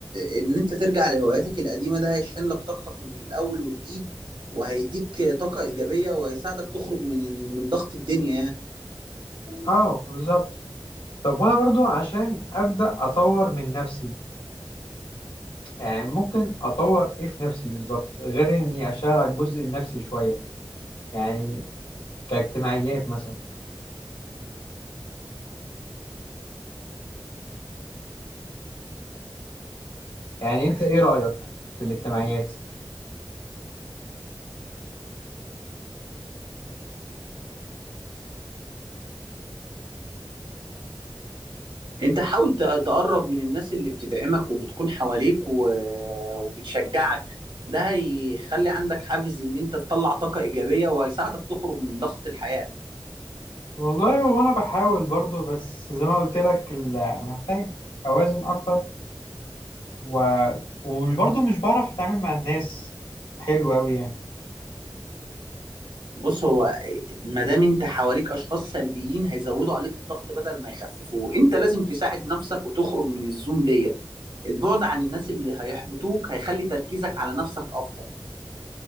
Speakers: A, on the right (about 75°); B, on the left (about 75°).
A: آه، ان انت ترجع لهواياتك القديمة ده هيشحن لك طاقتك من الاول وجديد وهيديك طاقة ايجابية وهيساعدك تخرج من ال- من ضغط الدنيا يعني
B: اه بالظبط طب وانا برضو عشان ابدا اطور من نفسي يعني ممكن اطور ايه في نفسي بالظبط غير اني اشتغل على الجزء النفسي شويه يعني كاجتماعيات مثلا يعني انت ايه رايك في الاجتماعيات
A: انت حاول ت- تقرب من الناس اللي بتدعمك وبتكون حواليك و... وبتشجعك ده هيخلي عندك حافز ان انت تطلع طاقة ايجابية وهيساعدك تخرج من ضغط الحياة
B: والله وانا بحاول برضو بس زي ما قلت لك ال- محتاج اوازن اكتر و... وبرضو مش بعرف اتعامل مع الناس حلو قوي يعني
A: بص هو ما دام انت حواليك اشخاص سلبيين هيزودوا عليك الضغط بدل ما يخففوه انت لازم تساعد نفسك وتخرج من الزون ديت البعد عن الناس اللي هيحبطوك هيخلي تركيزك على نفسك افضل